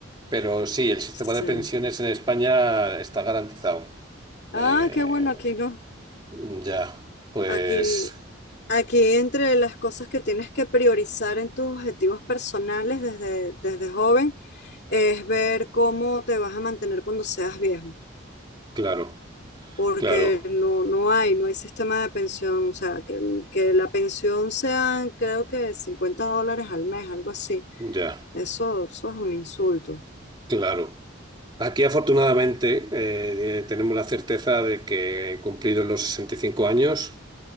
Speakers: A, on the right (about 20°); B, on the left (about 55°).
A: Pero sí, el sistema
B: sí.
A: de pensiones en España está garantizado.
B: Ah,
A: Eh,
B: qué bueno, aquí no,
A: ya, pues
B: aquí Aquí entre las cosas que tienes que priorizar en tus objetivos personales desde, desde joven es ver cómo te vas a mantener cuando seas viejo,
A: claro,
B: porque
A: claro.
B: no, no hay, no hay sistema de pensión, o sea, que, el- que la pensión sean creo que 50 dólares al mes, algo así.
A: Ya,
B: Eso, eso es un insulto.
A: claro. Aquí afortunadamente eh, tenemos la certeza de que cumplidos los 65 años,